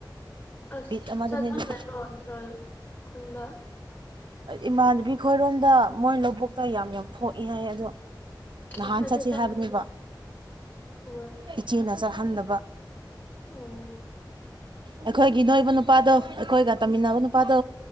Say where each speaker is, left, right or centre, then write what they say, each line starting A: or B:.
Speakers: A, on the left; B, on the right.
A: ꯑꯁ
B: ꯕꯤꯠ ꯑꯃꯗꯅꯤ
A: ꯆꯠꯐꯝ
B: ꯑꯗꯨꯁꯨ
A: ꯂꯩꯕ꯭ꯔꯣ ꯊꯔꯣꯏ ꯈꯨꯟꯕ
B: ꯏꯃꯥꯟꯅꯕꯤ ꯈꯣꯏꯔꯣꯝꯗ ꯃꯣꯏ ꯂꯧꯕꯨꯛꯇ ꯌꯥꯝ ꯌꯥꯝ ꯊꯣꯛꯏ ꯍꯥꯏ ꯑꯗꯣ ꯅꯍꯥꯟ
A: ꯑꯁ ꯑꯩꯗꯤ
B: ꯆꯠꯁꯤ
A: ꯆꯠꯅꯤꯡꯉꯦ
B: ꯍꯥꯏꯕꯅꯦꯕ
A: ꯎꯝ
B: ꯏꯆꯦꯅ ꯆꯠꯍꯟꯗꯕ
A: ꯑꯣ
B: ꯑꯩꯈꯣꯏꯒꯤ ꯅꯣꯏꯕ ꯅꯨꯄꯥꯗꯣ ꯑꯩꯈꯣꯏꯒ ꯇꯝꯃꯤꯟꯅꯕ ꯅꯨꯄꯥꯗꯣ